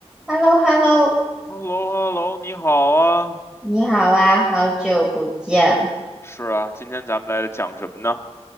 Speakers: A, in the centre; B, on the left.
A: h e l l o h e l l o
B: h e l l o h e l l o 你好啊。
A: 你好啊，好久不见。
B: 是啊，今天咱们来讲什么呢？